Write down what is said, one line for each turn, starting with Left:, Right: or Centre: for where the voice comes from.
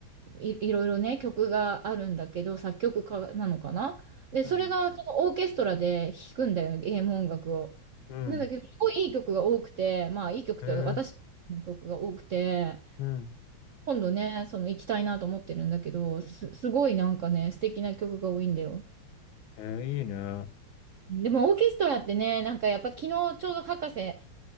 Right: い、いろいろね、曲があるんだけど、作曲家なのかなで、
Left: うん、
Right: それがそのオーケストラで弾くんだよ、ゲーム音楽を。
Left: うん。
Right: なんだけど、すごいいい曲が多くて、まあいい曲って私の曲が多くて、
Left: へえ、うん。
Right: 今度ね、その行きたいなと思ってるんだけど、す、すごいなんかね、素敵な曲が多いんだよ。
Left: へえ、いいね。うん、
Right: でもオーケストラってね、なんかやっぱ昨日ちょうど博士